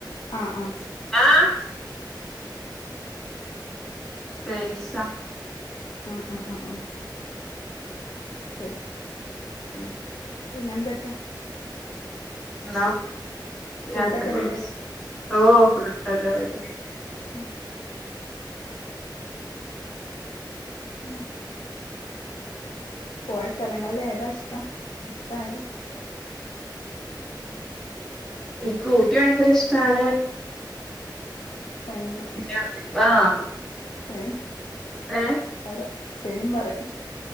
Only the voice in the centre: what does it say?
ആഹ് പേയ്സ
ഉം
ഇന്നാ <unintelligible>
ഓഹ് <unintelligible>
ഇൻക്ക് ഊട്ടി വയങ്കരിഷ്ടാണ്.
പിന്നെ ആഹ്
ഏ